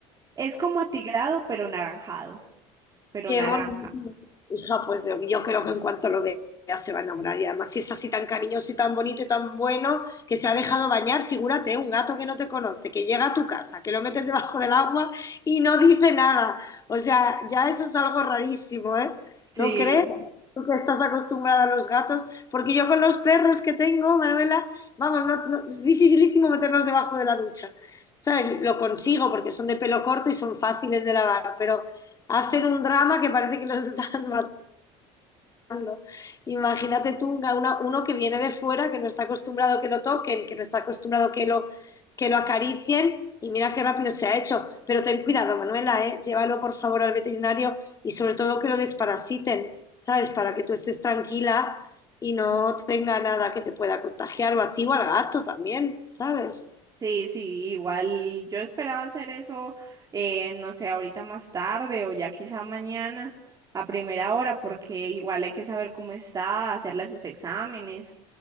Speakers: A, on the right; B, on the left.
A: Es como atigrado, pero naranjado, pero
B: Qué
A: naranja.
B: gorda. Hija, pues yo, yo creo que en cuanto lo vea se va a enamorar. Y además, si es así tan cariñoso y tan bonito y tan bueno, que se ha dejado bañar, figúrate, un gato que no te conoce, que llega a tu casa, que lo metes debajo del agua y no dice nada. O sea, ya eso es algo rarísimo, ¿eh?
A: Sí.
B: ¿No crees? Tú que estás acostumbrada a los gatos, porque yo con los perros que tengo, Manuela, vamos, no- no- es dificilísimo meterlos debajo de la ducha. ¿Sabes? Lo consigo porque son de pelo corto y son fáciles de lavar, pero hacer un drama que parece que los <laughs> están matando. Imagínate tú un- una- uno que viene de fuera, que no está acostumbrado que lo toquen, que no está acostumbrado que lo, que lo acaricien y mira qué rápido se ha hecho. Pero ten cuidado, Manuela, ¿eh? Llévalo por favor al veterinario y sobre todo que lo desparasiten, ¿sabes? Para que tú estés tranquila y no tenga nada que te pueda contagiar o a ti o al gato también, ¿sabes?
A: Sí, sí, igual yo esperaba hacer eso, eh, no sé, ahorita más tarde o ya quizá mañana a primera hora, porque igual hay que saber cómo está, hacerle sus exámenes,